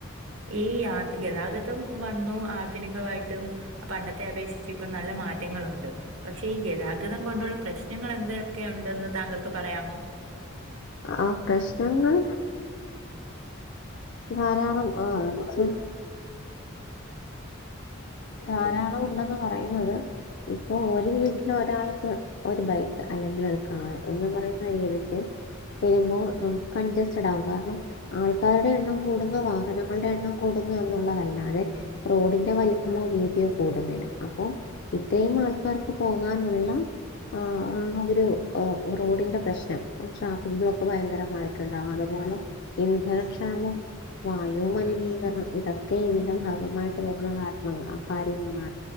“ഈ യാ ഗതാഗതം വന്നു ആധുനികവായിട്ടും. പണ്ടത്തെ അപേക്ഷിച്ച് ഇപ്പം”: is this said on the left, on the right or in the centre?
Right